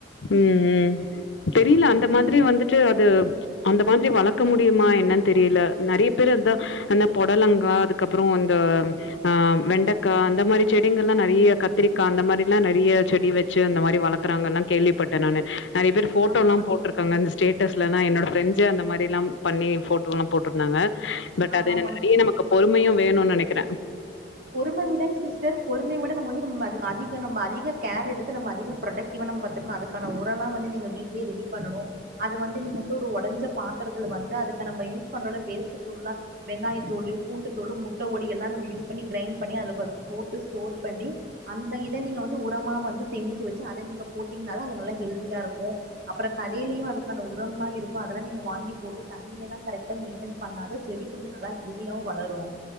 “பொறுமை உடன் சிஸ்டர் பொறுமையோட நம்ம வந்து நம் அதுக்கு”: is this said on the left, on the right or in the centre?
Right